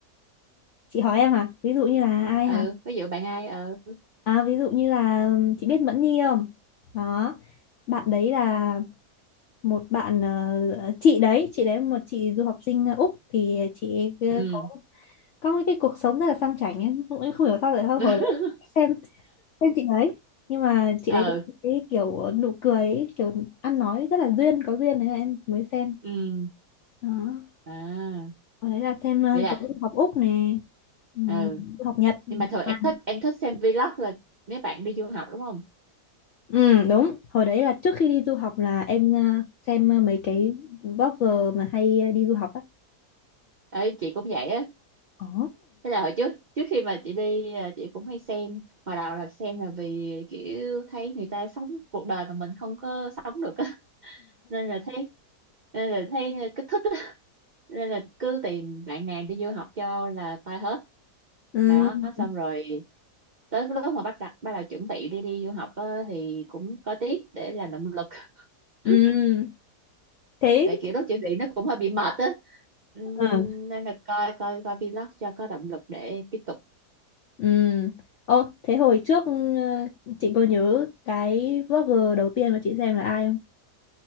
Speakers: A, on the left; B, on the right.
A: chị hỏi em hả? Ví dụ như là ai
B: ừ,
A: hả?
B: ví dụ bạn ai ờ
A: À, ví dụ như là ừm, chị biết Mẫn Nhi không? Đó. Bạn đấy là một bạn ờ, chị đấy chị đấy một chị du học sinh Úc thì chị ấy
B: ừ
A: có có cái cuộc sống rất là sang chảnh ấy. không em không hiểu sao lại hồi
B: <laughs>
A: đấy xem xem chị ấy nhưng mà chị
B: ừ
A: đấy có một cái kiểu nụ cười ấy, kiểu ăn nói rất là duyên có duyên đấy là em mới xem
B: ừ
A: đó
B: à
A: hồi đấy là xem ờ,
B: vậy là
A: có du học Úc nè ừm,
B: ừ
A: du học Nhật
B: nhưng mà thường
A: à,
B: em thích em thích xem vlog là mấy bạn đi du học đúng không?
A: ừ, đúng hồi đấy là trước khi đi du học là em ờ, xem ờ, mấy cái blogger mà hay ờ, đi du học á
B: Ấy chị cũng vậy á
A: Ồ.
B: Thế là hồi trước trước khi mà chị đi à, chị cũng hay xem hồi đầu là xem là vì kiểu thấy người ta sống cuộc đời mà mình không có sống được á <laughs> nên là thấy nên là thấy kích thích á <laughs> nên là cứ tìm bạn nào đi du học cho là coi hết
A: Ừ.
B: đó xong rồi tới cái lúc mà bắt đặt bắt đầu chuẩn bị đi đi du học á, thì cũng có tiếc để làm động lực <laughs>
A: Ừ, thế
B: tại kiểu lúc chuẩn bị nó cũng hơi bị mệt á Ừm,
A: ừ.
B: nên là coi coi coi vlog cho có động lực để tiếp tục
A: Ừ. Ô, thế hồi trước ừ, chị có nhớ cái vlogger đầu tiên mà chị xem là ai không?